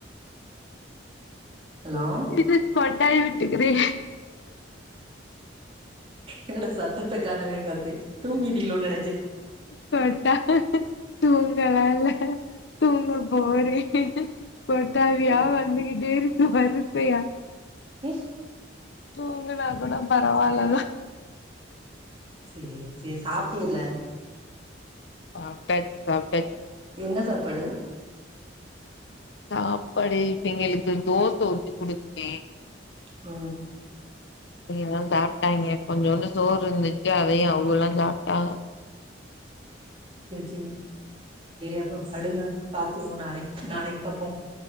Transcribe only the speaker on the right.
ஹலோ
என்னடா சத்தத்த காணவேன்னு பாத்தேன் தூங்கிட்டிளோ நெனச்சே
சேரி
ம்
சேர் சேர் சாப்டில்ல
என்ன சாப்பாடு
ம்
இரிசி அப்போ படுங்க பாத்துவோம் நாளைக்கு நாளைக்கு பாப்போம்